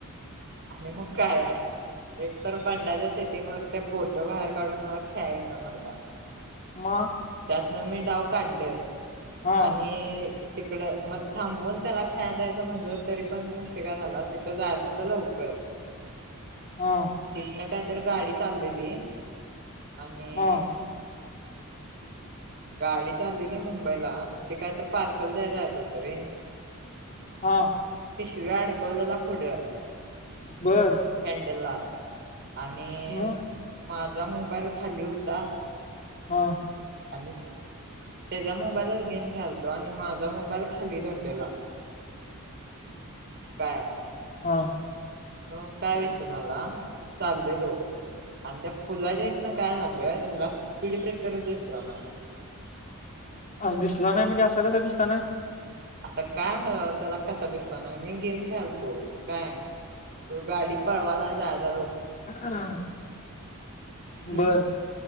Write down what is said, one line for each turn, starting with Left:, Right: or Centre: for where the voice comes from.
Right: आणि मग काय आहे एक तर बंडाच्या सेटिंगवर त्या बोट बाहेर काढून मला खेळाय येईना मरदा.
Left: मग.
Right: त्यात मी डाव काढल.
Left: हा
Right: आणि तिकडं मग थांबवून त्याला खेळाय द्यायचं म्हणलं तरी पण विषय काय झाला. तिथं जायचं होत लवकर.
Left: हा
Right: कितना का तर गाडी चाललेली. आणि.
Left: हा
Right: गाडी चाललेली मुंबईला आणि ते काय तर पार्सल द्याय जायचं होतं रे
Left: हा.
Right: मग पिशवी अडकवलेला पुढं.
Left: बर
Right: हँडलला. आणि
Left: मग
Right: माझ माझा मोबाईल खाली होता.
Left: हा.
Right: आणि त्याच्या मोबाईलवर गेम खेळालतो आणि माझा मोबाईल खाली धरलेला. काय?
Left: हा
Right: आणि मग काय विषय झाला चाललेलो आणि त्या पुलाच्या इथनं काय झालं ह्याला स्पीड ब्रेकरच दिसला ना
Left: अस दिसला नाही म्हणजे असं कसं दिसला नाही
Right: आता काय हो त्याला कसा दिसला नाही मी गेम खेळालतो काय तो गाडी पळवाला जा ल
Left: हा
Right: ते
Left: बर